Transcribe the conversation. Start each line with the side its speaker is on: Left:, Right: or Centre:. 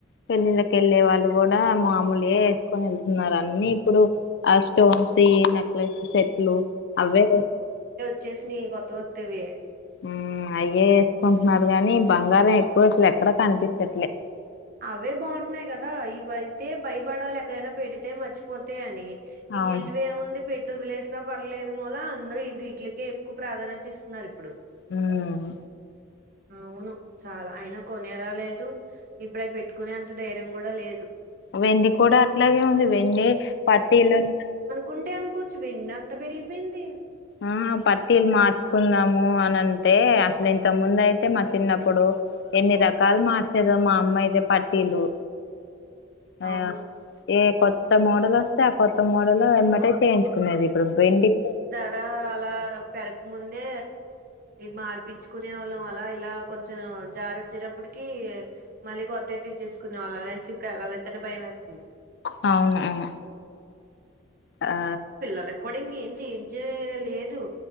Left: పెళ్ళిళ్ళకి వెళ్ళే వాళ్ళు కూడా మామూలుయే వేసుకొని వెళ్తున్నారు అన్ని ఇప్పుడు ఆ స్టో నెక్లస్ సెట్లు అవే
Right: వచ్చేసిని కొత్త కొత్తవి
Left: ఉం అయ్యే వేసుకుంటున్నారు గాని బంగారం ఎక్కువ అసలు ఎక్కడ కనిపించట్లే
Right: అవే బాగుంటున్నాయి కదా ఇవయితే భయపడాలి ఎక్కడైనా పెడితే మర్చిపోతే అని ఈ
Left: అవును
Right: గిల్డ్ వి ఏముంది పెట్టి వదిలేసినా పర్లేదు మూల అందరూ ఇదీట్లికే ఎక్కువ ప్రాధాన్యత ఇస్తున్నారు ఇప్పుడు
Left: ఉమ్
Right: అవును చాలా అయినా కొనేరా లేదు ఇప్పుడ అవి పెట్టుకునే అంత ధైర్యం కూడా లేదు
Left: వెండి కూడా అట్లాగే ఉంది వెండి పట్టీలును
Right: కుంటే అనుకోవచ్చు వెండి అంత పెరిగిపోయింది.
Left: ఆ పట్టీల్ మాత్ కుందాము అని అంటే అసలు ఇంత ముందు అయితే మా చిన్నప్పుడు ఎన్ని రకాలు మార్చేదా మా అమ్మా అయితే పట్టీలు అయ
Right: అవును
Left: ఏ కొత్త మోడల్ వస్తే ఆ కొత్త మోడల్ ఎమ్మటే చేయించుకునేది. ప్పుడు వెండి <inaudible>
Right: ఆ అలా పెరక్కముందే మార్పిచ్చుకునే వాళ్ళం అలా ఇలా కొంచెం జార వచ్చేటప్పుటికి మళ్ళీ కొత్తవి తెచ్చేసుకున్నాం అలాంటిది ఇప్పుడు వెల్లాలంటేనే భయం వేత్తంది.
Left: అవును ఆ
Right: పిల్లలకు కూడా ఇంకేం చేయించే లేదు.